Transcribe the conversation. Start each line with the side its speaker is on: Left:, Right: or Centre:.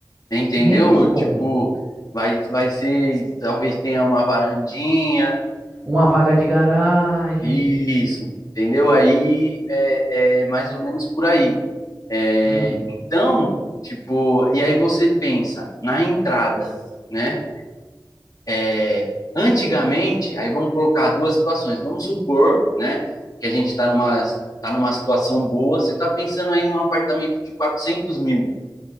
Left: Entendeu?
Right: quinhentos conto.
Left: Tipo, vai, vai ser, talvez tenha uma varandinha.
Right: Uma vaga de garagem.
Left: Isso, entendeu? Aí é, é mais ou menos por aí. É,
Right: Hum.
Left: então, tipo, e aí você pensa na entrada, né? É, Antigamente, aí vamos colocar duas situações. Vamos supor, né, que a gente está numa, tá numa situação boa, você está pensando aí num apartamento de 400 mil.